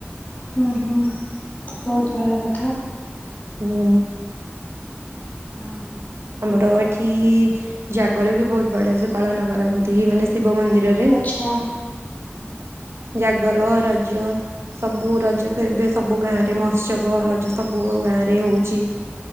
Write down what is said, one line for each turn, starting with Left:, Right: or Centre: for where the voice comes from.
Left: ମ ହଁ ବହୁତ ଭଲ କଥା।
Right: ହଁ।
Left: ହଁ।
Right: ଆମର ଏଠି ଜାଗର ବି ବହୁତ ବଢିଆ ସେ ପାଳନ କରନ୍ତି ମାନେ ଶିବ ମନ୍ଦିରରେ।
Left: ଆଚ୍ଛା
Right: ଜାଗର, ରଜ ସବୁ ରଜ ତ ଏବେ ସବୁ ଗାଁ ରେ ମହୋତ୍ସବ ରଜ ସବୁ ଗାଁ ରେ ହଉଛି